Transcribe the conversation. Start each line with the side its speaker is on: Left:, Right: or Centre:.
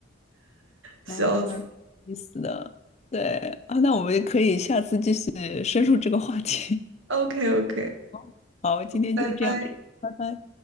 Right: 笑死
Left: 嗯，意思的，对啊，那我们可以下次继续深入这个话题。
Right: ，OK OK。
Left: <laughs> 好，今天就这样，
Right: 拜拜。
Left: 拜拜。